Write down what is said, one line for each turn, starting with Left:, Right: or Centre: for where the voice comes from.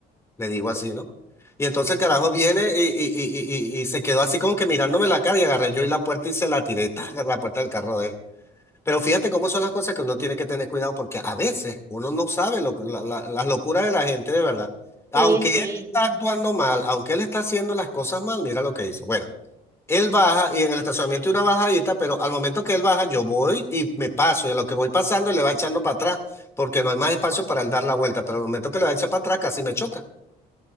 Left: Le digo así, ¿no? Y entonces el carajo
Right: Ay,
Left: viene
Right: no.
Left: y, y, y, y, y- se quedó así como que mirándome la cara y agarré yo y la puerta y se la tiré, ¡tac! a la puerta del carro de él. Pero fíjate cómo son las cosas que uno tiene que tener cuidado porque a veces uno no sabe lo, que- la- la- las locuras de la gente de verdad. Aunque
Right: sí,
Left: él
Right: sí.
Left: está actuando mal, aunque él está haciendo las cosas mal, mira lo que hizo. Bueno. Él baja y en el estacionamiento hay una bajadita, pero al momento que él baja, yo voy y me paso. Y a lo que voy pasando, él le va echando para atrás, porque no hay más espacio para él dar la vuelta. Pero al momento que le va a echar para atrás, casi me choca.